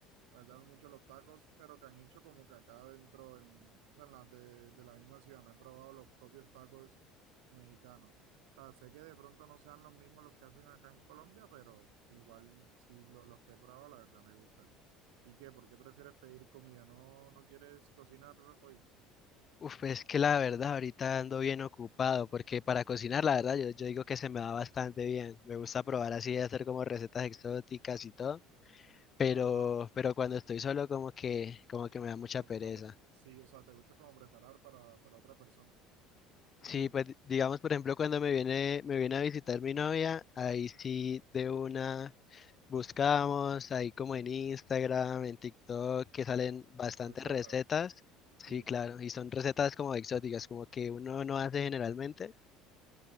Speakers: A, on the right (about 75°); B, on the left (about 35°).
A: La verdad, mucho los tacos, pero que han hecho como que acá dentro, en- o sea, en las de, de la misma ciudad, no he probado los propios tacos mexicanos. O sea, sé que de pronto no sean los mismos los que hacen acá en Colombia, pero igual sí lo- los que he probado, la verdad me gustan. ¿Y qué? ¿Por qué prefieres pedir comida? ¿No, no quieres cocinar hoy?
B: Uf, pues es que la verdad ahorita ando bien ocupado porque para cocinar la verdad yo, yo digo que se me da bastante bien. Me gusta probar así, hacer como recetas exóticas y todo, pero,
A: Ajá,
B: pero cuando estoy solo como que, como que me da mucha
A: aunque
B: pereza.
A: no te... Sí, o sea, te gusta como preparar para, para otra persona. También,
B: Sí, pues di- digamos por ejemplo cuando me viene, me viene a visitar mi novia, ahí sí de una buscamos, ahí como en Instagram, en TikTok, que salen bastantes
A: recetas.
B: recetas. Sí,
A: Sí.
B: claro, y son recetas como exóticas, como que uno no hace generalmente.